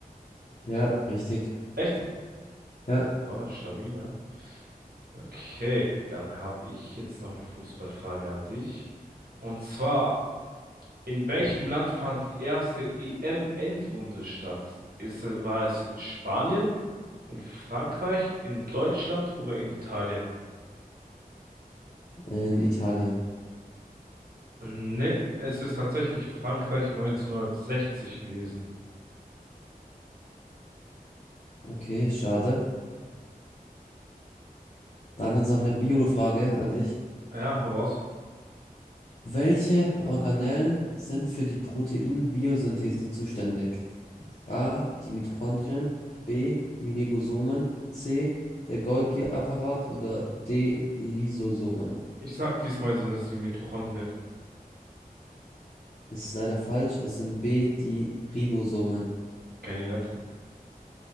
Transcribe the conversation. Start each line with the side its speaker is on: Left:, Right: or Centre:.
Left: Ja, richtig.
Right: Echt?
Left: Ja,
Right: War das stabil, ja? Okay, dann habe ich jetzt noch eine Fußballfrage an dich. Und zwar In welchem Land fand die erste EM-Endrunde statt? Ist, es- war es in Spanien, in Frankreich, in Deutschland oder in Italien?
Left: in Italien.
Right: Ne, es ist tatsächlich Frankreich 1960 gewesen.
Left: Okay, schade. Dann jetzt noch eine Bio-Frage an dich.
Right: Ja, hau raus.
Left: Welche Organellen sind für die Proteinbiosynthese zuständig? A, die Mitochondrien, B, die Ribosomen, C, der Golgi-Apparat oder D, Lysosomen.
Right: Ich sag, diesmal sind es die Mitochondrien.
Left: Ist leider falsch, es sind B, die Ribosomen.
Right: Kenn ich nicht.